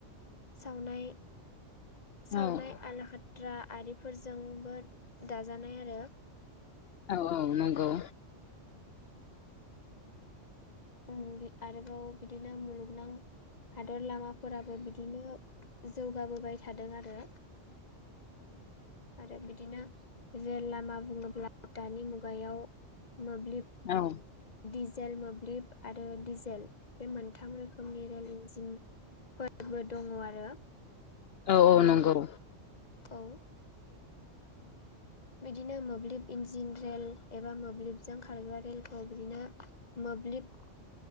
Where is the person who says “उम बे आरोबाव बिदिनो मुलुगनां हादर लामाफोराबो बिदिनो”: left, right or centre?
Left